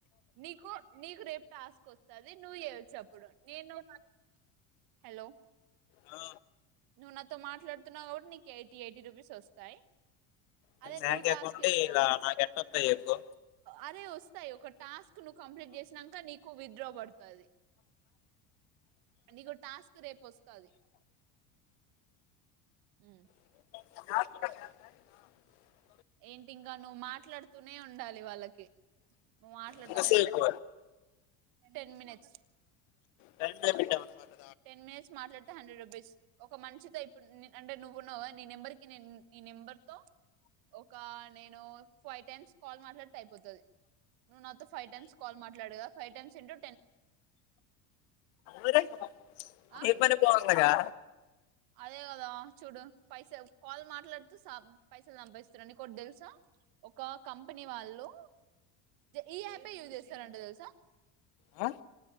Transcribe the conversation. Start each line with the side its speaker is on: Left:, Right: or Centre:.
Right: నీకు నీకు రేప్ టాస్క్ వస్తది నువ్వు చేయచ్చప్పుడు నేను న అ... హలో
Left: ఆ
Right: నువ్వు నాతో మాట్లాడుతున్నావు కాబట్టి నీకు ఎయిటీ ఎయిటీ రూపీస్ వస్తాయి
Left: నీ
Right: అదే
Left: బ్యాంక్
Right: నువ్వు టాస్క్
Left: అకౌంట్
Right: చేసినావునుకో......
Left: ఇలా నాకు ఎట్ట వత్తయి చెప్పు
Right: అదే వస్ తయ్ ఒక టాస్క్ నువ్వు కంప్లీట్ చేసినంక నీకు విత్డ్రా బడుతది నీకు టాస్క్ రేపు వస్తాది మ్మ్
Left: <unintelligible>
Right: ఏంటి ఇంకా నువ్వు మాట్లాడుతూనే ఉండాలి వాళ్ళకి మాట్లాడుతునే
Left: ఎంతసేపు
Right: ఉండు టెన్ మినెట్స్
Left: టైం లిమిట్ ఏమన్నా పడుతుందా
Right: టెన్ మినెట్స్ మాట్లాడితే హండ్రెడ్ రూపీస్ ఒక మనిషతో ఇప్పుడు నే-న్. అ అటే నువ్వున్నావా నీ నెంబర్కి నే-న్ -నీ నెంబర్ తో ఒక ఆ నేను ఫైవ్ టైమ్స్ కాల్ మాట్లాడితే అయిపోతది నువ్వు నాతో ఫైవ్ టైమ్స్ కాల్ మాట్లాడు కా ఫైవ్ టైమ్స్ ఏంటో
Left: అ
Right: ఆ
Left: ఇప్పుని పోవగా
Right: అదే కదా చూడు పైసా కాల్ మాట్లాడ పైసలు సంభస్తారండి కొ తెలుసా ఒక కంపెనీ వాళ్ళు ఈ ప ఉద తెలుసా
Left: ఆ